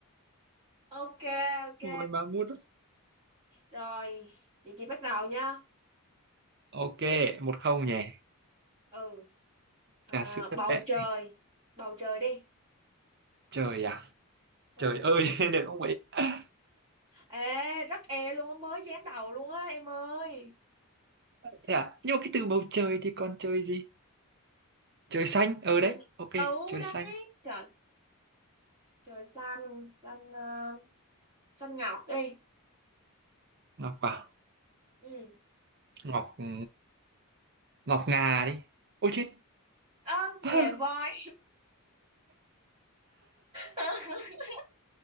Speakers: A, on the right; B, on the right.
A: ok ok
B: <laughs> voi ma mút
A: rồi chị chị bắt đầu nha
B: ok một không nhỉ
A: ừ à,
B: trà sữa
A: bầu
B: đấy
A: trời bầu trời đi
B: trời à
A: ừ
B: trời ơi <laughs> được không vậy <laughs>
A: ê rất e luôn á mới dán đầu luôn á em ơi
B: thế à nhưng mà cái từ bầu trời thì còn trời gì trời xanh
A: chịu
B: ờ đấy
A: mà.
B: ok
A: ừ
B: trời
A: đấy
B: xanh
A: trời Trời xanh, xanh ờ, xanh ngọc đi.
B: ngọc à
A: Ừ.
B: ngọc ừ, ngọc ngà đi ôi chết
A: Ơ,
B: <laughs>
A: nghề voi. <laughs>